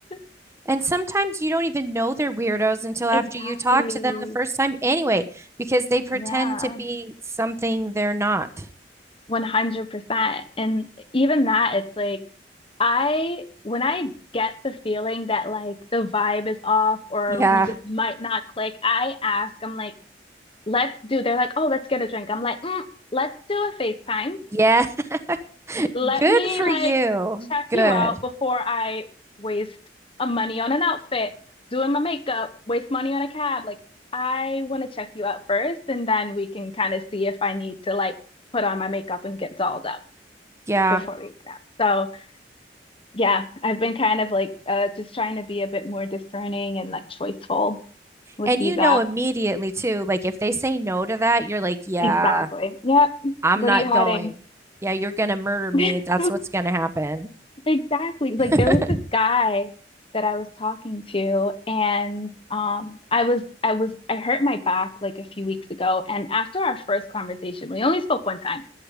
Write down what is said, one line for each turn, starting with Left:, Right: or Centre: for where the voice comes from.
Left: <laughs>
Right: And sometimes you don't even know they're weirdos until after
Left: Exactly.
Right: you talk to them the first time anyway, because they pretend
Left: Yeah,
Right: to be something they're not.
Left: 100%. And even that it's like I when I get the feeling that like the vibe is off or
Right: Yeah.
Left: we just might not click, I ask, I'm like, "Let's do." They're like, "Oh, let's get a drink." I'm like, mm, "Let's do a FaceTime."
Right: Yeah. <laughs>
Left: Let
Right: Good
Left: me
Right: for
Left: like
Right: you.
Left: check
Right: Good.
Left: you out before I waste a money on an outfit, doing my makeup, waste money on a cab. Like I want to check you out first, and then we can kind of see if I need to like put on my makeup and get dolled up
Right: Yeah.
Left: before we get out. So yeah, I've been kind of like uh, just trying to be a bit more discerning and like choiceful with
Right: And
Left: these
Right: you
Left: apps.
Right: know immediately too, like if they say no to that, you're like, yeah,
Left: Exactly. Yep.
Right: I'm
Left: What
Right: not
Left: are you hiding?
Right: going. Yeah, you're gonna murder me.
Left: <laughs>
Right: That's what's gonna happen.
Left: Exactly. Like
Right: <laughs>
Left: there was this guy that I was talking to and um I was I was I hurt my back like a few weeks ago and after our first conversation we only spoke one time